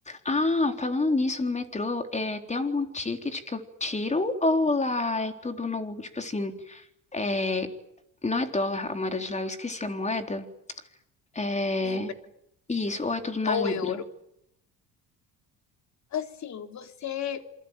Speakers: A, on the left; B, on the left.
A: Ah, falando nisso, no metrô, é, tem algum ticket que eu tiro ou lá é tudo no, tipo assim, é, não é dólar a moeda de lá, eu esqueci a moeda. É,
B: libra
A: isso, ou é tudo na
B: ou
A: libra?
B: euro. Assim, você